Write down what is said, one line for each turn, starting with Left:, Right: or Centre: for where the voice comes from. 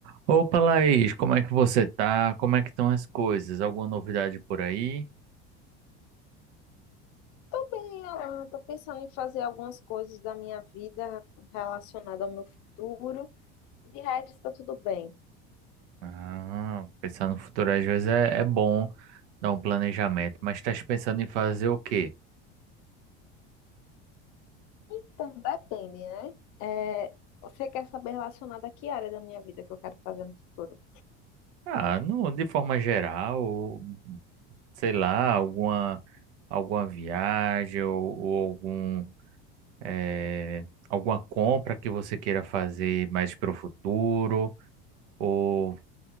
Right: Opa, Laís, como é que você tá? Como é que estão as coisas? Alguma novidade por aí?
Left: Tô bem, Alan. Tô pensando em fazer algumas coisas da minha vida relacionada ao meu futuro. De resto, tá tudo bem.
Right: Ah, pensar no futuro às vezes é, é bom dar um planejamento, mas estás pensando em fazer o quê?
Left: Então, depende, né? É, você quer saber relacionada a que área da minha vida que eu quero fazer no futuro?
Right: Ah, não, de forma geral, ou, sei lá, alguma, alguma viagem ou, ou algum, eh, alguma compra que você queira fazer mais para o futuro ou,